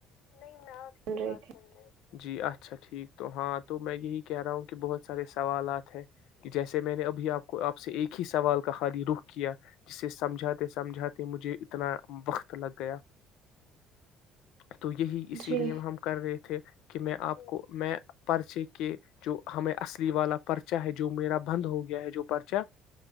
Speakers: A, on the left; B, on the right.
A: <unintelligible>
B: رہی
A: تو ہاں تو میں یہی کہہ رہا ہوں کہ بہت سارے سوالات ہیں کہ جیسے میں نے ابھی آپ کو آپ سے ایک ہی سوال کا خالی رخ کیا جسے سمجھاتے سمجھاتے کہ مجھے اتنا وقت لگ گیا تو یہی
B: تھی
A: اسی
B: جی
A: لیے ہم کر رہے تھے کہ میں آپ کو میں پرچے کے جو ہمیں اصلی والا پرچا ہے جو میرا بند ہو گیا ہے جو پرچا